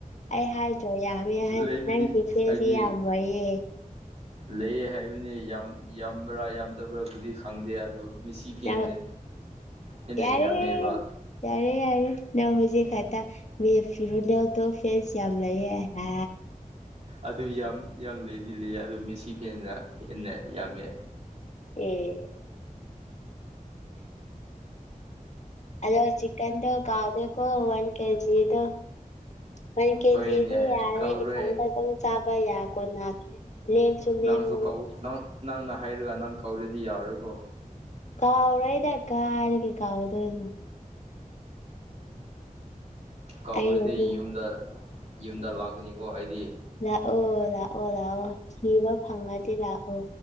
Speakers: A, on the left (about 55°); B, on the right (about 50°).
A: ꯑꯩ ꯍꯥꯏꯗ꯭ꯔꯣ ꯌꯥꯝꯃꯦ ꯍꯥꯏꯅ
B: ꯂꯩꯕꯗꯤ
A: ꯅꯪꯒꯤ ꯐꯦꯟꯁꯁꯤ
B: ꯑꯩꯗꯤ
A: ꯌꯥꯝꯃꯣꯏꯌꯦ
B: ꯂꯩꯌꯦ ꯍꯥꯏꯕꯅꯤ ꯌꯥꯝ ꯌꯥꯝꯕ꯭ꯔꯥ ꯌꯥꯝꯗꯕ꯭ꯔꯥꯕꯨꯗꯤ ꯈꯪꯗꯦ ꯑꯗꯨ ꯃꯤꯁꯤ ꯐꯦꯟꯖꯦ
A: ꯅꯪ
B: ꯍꯦꯟꯅ
A: ꯌꯥꯔꯦ
B: ꯌꯥꯝꯃꯦꯕ
A: ꯌꯥꯔꯦ ꯌꯥꯔꯦ ꯅꯪ ꯍꯧꯖꯤꯛ ꯈꯛꯇ ꯃꯦꯞꯐꯤ ꯔꯣꯅꯥꯜꯗꯣ ꯐꯦꯟꯁ ꯌꯥꯝ ꯂꯩꯌꯦ ꯍꯥ
B: ꯑꯗꯨ ꯌꯥꯝ ꯌꯥꯝ ꯂꯩꯗꯤ ꯂꯩꯌꯦ ꯑꯗꯨ ꯃꯦꯁꯤ ꯐꯦꯟꯅ ꯍꯦꯟꯅ ꯌꯥꯝꯃꯦ
A: ꯑꯦ ꯑꯗꯣ ꯆꯤꯛꯀꯟꯗꯣ ꯀꯥꯎꯗꯦꯀꯣ ꯋꯥꯟ ꯀꯦꯖꯤꯗꯣ ꯋꯥꯟ ꯀꯦꯖꯤꯗꯤ
B: ꯍꯣꯏꯅꯦ
A: ꯌꯥꯔꯦ
B: ꯀꯧꯔꯣꯏ
A: ꯏꯊꯟꯗ ꯑꯗꯨꯝ ꯆꯥꯕ ꯌꯥ ꯀꯣꯟꯅꯈ꯭ꯔꯅꯤ ꯂꯦꯝꯁꯨ
B: ꯅꯪꯁꯨ
A: ꯂꯦꯝꯃꯅꯤ
B: ꯀꯧ ꯅꯪ ꯅꯪꯅ ꯍꯥꯏꯔꯒ ꯅꯪ ꯀꯧꯔꯗꯤ ꯌꯥꯔꯔꯣꯏꯀꯣ
A: ꯀꯥꯎꯔꯣꯏꯗ ꯀꯥꯗꯤ ꯀꯩ ꯀꯥꯎꯗꯣꯏꯅꯣ
B: ꯀꯧꯔꯗꯤ
A: ꯑꯩꯅꯗꯤ
B: ꯌꯨꯝꯗ ꯌꯨꯝꯗ ꯂꯥꯛꯀꯅꯤꯀꯣ ꯑꯩꯗꯤ
A: ꯂꯥꯛꯑꯣ ꯂꯥꯛꯑꯣ ꯂꯥꯛꯑꯣ ꯊꯤꯕ ꯐꯪꯉꯗꯤ ꯂꯥꯛꯑꯣ